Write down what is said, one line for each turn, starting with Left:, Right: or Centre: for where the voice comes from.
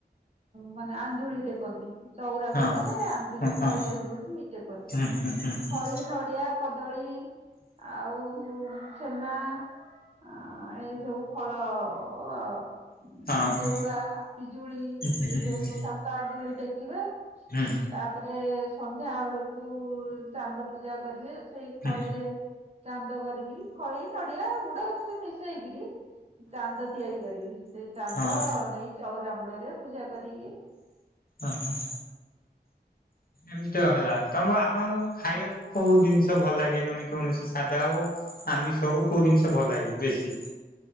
Right: ମାନେ ଆଞ୍ଜୁଳି ଟେକନ୍ତି। ଚଉରା
Left: ହଁ
Right: ପାଖରେ ଆଞ୍ଜୁଳି
Left: ହଁ ହଁ
Right: ଖଇ ଆଞ୍ଜୁଳି ଟେକନ୍ତି।
Left: ହୁଁ ହୁଁ ହୁଁ ହୁଁ ହୁଁ
Right: ଖଇ ନଡିଆ କଦଳୀ ଆଉ ଛେନା ଆଁ ଏଇ ସବୁ ଫଳ ଅ ଅ ଅ ଅ।
Left: ହଁ ହଁ
Right: ନେଉଆ ପିଜୁଳି
Left: ହୁଁ
Right: ଏଇ
Left: ହୁଁ
Right: ସବୁ
Left: ହୁଁ
Right: ସପ ଆଞ୍ଜୁଳି ଟେକ୍ କିବା
Left: ହଁ
Right: ତାପରେ ସନ୍ଧ୍ୟାବେଳୁ କୁ ଚାନ୍ଦ ପୂଜା କରିବେ ସେଇ
Left: ହଁ
Right: ଖଇରେ ଚାନ୍ଦ କରିକିରି ଖଇ ନଡିଆ ଗୁଡ ଏମତି ସବୁ ମିଶେଇକିରି ଚାନ୍ଦ ତିଆରି କରିବି ସେଇ ଚାନ୍ଦ
Left: ହଁ ହଁ
Right: ନେଇ ଚଉରାମୂଳରେ ରେ ପୂଜା କରିକି
Left: ଅଁ ହଁ। ଏମତିଆ ହେଲା ତମ ଆପଣଙ୍କୁ ଖାଇବାକୁ କୋଉ ଜିନିଷ ଭଲ ଲାଗେ ମାନେ କୌଣସି ସାଦା ହଉ। ଉ ଆମିଷ ହଉ କୋଉ ଜିନିଷ ଭଲ ଲାଗେ ବେଶୀ।